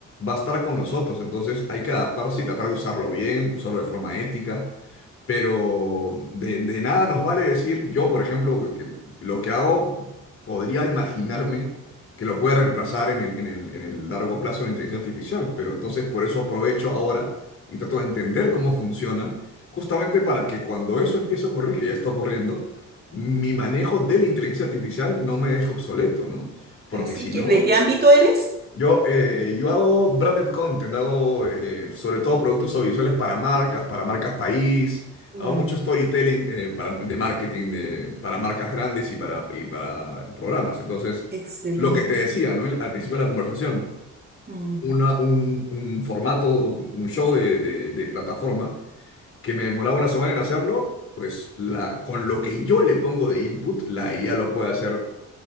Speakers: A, on the left; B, on the right.
A: va a estar con nosotros. Entonces hay que adaptarse y tratar de usarlo bien, usarlo de forma ética, pero de, de nada nos vale decir, yo por ejemplo, que, que lo que hago podría imaginarme que lo puede reemplazar en el, en el- en el largo plazo la inteligencia artificial, pero entonces por eso aprovecho ahora y trato de entender cómo funciona, justamente para que cuando eso empiece a ocurrir, que ya está ocurriendo, mi manejo de la inteligencia artificial no me deje obsoleto, ¿no? Porque
B: Así
A: si
B: que,
A: no,
B: ¿de qué ámbito eres?
A: yo, eh, yo hago branded content, hago eh, sobre todo productos audiovisuales para marcas, para marcas país,
B: Mm,
A: hago mucho storytelling eh, para- de marketing de- para marcas grandes y para, y para programas. Entonces,
B: excelente.
A: lo que te decía, ¿no? Al principio de la conversación,
B: Mm,
A: una, un, un formato, un show de, de- de plataforma que me demoraba una semana en hacerlo, pues la, con lo que yo le pongo de input, la IA lo puede hacer